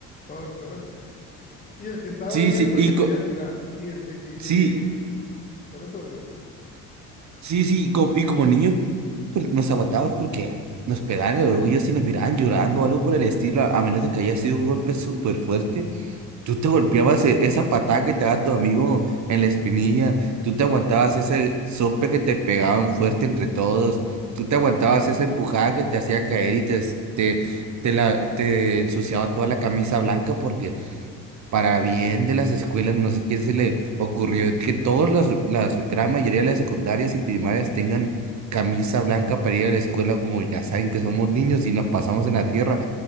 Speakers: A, on the left; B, on the right.
A: todos, <laughs> pues, y el que estaba
B: Sí,
A: ahí
B: sí,
A: es porque
B: y co-
A: quería jugar, y el que, y
B: sí,
A: el- por eso, o sea.
B: sí, sí, y co- y como niño. por- nos aguantábamos porque nos pegaban el orgullo si nos miraban llorando o algo por el estilo, a a menos de que haya sido un golpe súper fuerte. Tú te golpeabas e- esa patada que te daba tu amigo en la espinilla, tú te aguantabas ese sope que te pegaban fuerte entre todos, tú te aguantabas esa empujada que te hacía caer y te, es- te, te, la, te ensuciaba toda la camisa blanca porque para bien de las escuelas, no sé quién se le ocurrió que todas las, las gran mayoría de las secundarias y primarias tengan camisa blanca para ir a la escuela, como ya saben que somos niños y nos pasamos en la tierra.